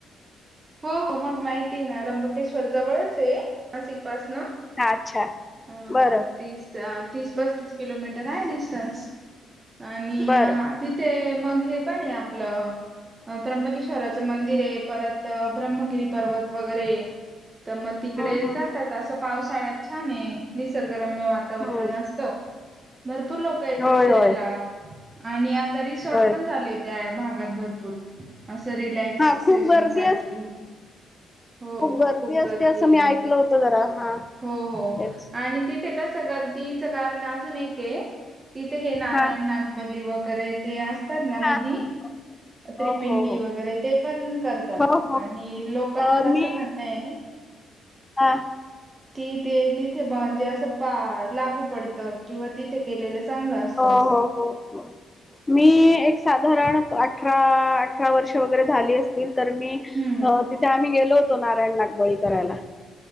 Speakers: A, on the right; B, on the left.
A: हो हो मग माहिती आहे ना र्यंबकेश्वर जवळच आहे <inaudible> पाच न
B: हा अच्छा
A: अ
B: बरं
A: तीस तीस पस्तीस किलोमीटर आहे डिस्टन्स आणि
B: बरं
A: तिथे मग हे पन्हाय आपलं त्र्यंबकेश्वराचं मंदिर आहे परत ब्रह्मगिरी पर्वत वगैरे तर मग तिकडे
B: हम्म हम्म
A: जातात
B: हम्म
A: असं पावसाळ्यात छाने निसर्ग रम्य वातावरण
B: हम्म
A: असतं भरपूर लोक येतात
B: होय
A: फिरायला
B: होय
A: आणि आ रिसॉर्ट
B: होय
A: पण झालेत त्यात भागात भरपूर असं रिलॅक्सेशन
B: हा खूप गर्दी
A: साठी
B: अस
A: हो
B: गर्दी
A: खूप गर्दीय
B: असते असं मी ऐकलं होतं जरा हा
A: हो हो
B: तेच
A: आणि तिथे कस तिथं गर्दीच कारण अजून एकय तिथे हे नारायण
B: हा हा
A: नागबली व गैरे ते अस तर करतात ना विधी
B: हा.
A: तपिंडी
B: हो हो
A: वगैरे ते पण करतात
B: हो हो हो
A: आणि लोकां
B: अ
A: तीज असं
B: मी
A: म्हणंय
B: हा
A: की ते तिथे म्हणजे असं लागू पडत किंवा तिथे केलेलं चांगलं असतं
B: हो
A: असं
B: हो हो हो--मी एक साधारण अठरा, अठरा वर्ष वगैरे झाली असतील. तर मी
A: हम्म हम्म
B: अ तिथे आम्ही गेलो तो नारायण नागबळी करायला